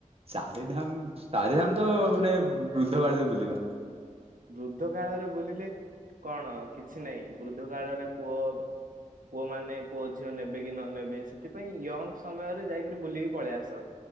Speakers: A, on the right; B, on the right.
A: ଚାରିଧାମ ଚାରିଧାମ ତ ମାନେ ବୃଦ୍ଧ ବାଳରେ ବୁଲିବା।
B: ବୃଦ୍ଧ କାଳରେ ବୁଲିଲେ କଣ କିଛି ନାହିଁ ବୃଦ୍ଧ କାଳରେ ପୁଅ ପୁଅ ମାନେ ପୁଅ ଝିଅ ନେବେ କି ନ ନେବେ ସେଥିପାଇଁ ୟଙ୍ଗ ସମୟରେ ଯାଇକିରି ବୁଲିକି ପଳେଇ ଆସ।